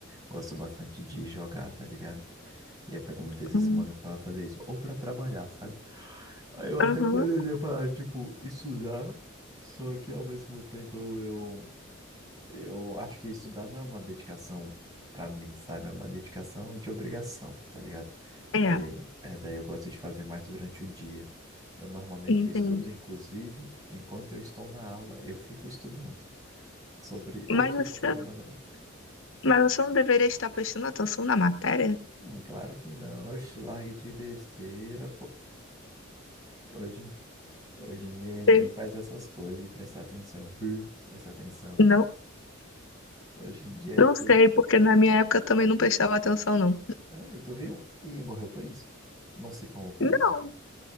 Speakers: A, on the right; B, on the left.
A: gosto bastante de jogar, tá ligado? E eu pego muitas vezes
B: Hum,
A: semana pra fazer isso, ou pra trabalhar, sabe? Aí Eu até
B: Aham,
A: poderia falar, tipo, estudar, só que ao mesmo tempo eu, eu eu acho que estudar não é uma dedicação pra mim, sabe? É uma dedicação de obrigação, tá ligado?
B: é,
A: Daí, é, daí eu gosto de fazer mais durante o dia. Eu normalmente
B: entendi.
A: estudo, inclusive, enquanto eu estou na aula, eu fico estudando sobre outro
B: Mas você,
A: conteúdo nada a ver.
B: mas você não deveria estar prestando atenção na matéria?
A: Hum, claro que não. Oxe, largue de besteira, pô. Hoje, hoje em dia ninguém
B: Você-
A: faz essas coisas de prestar atenção. Hum, Prestar atenção.
B: Não,
A: Hoje, hoje em dia
B: não
A: é tudo.
B: sei, porque na minha época eu também não prestava atenção, não.
A: É, e tu viu? E morreu por isso. Não se formou por
B: Não,
A: isso.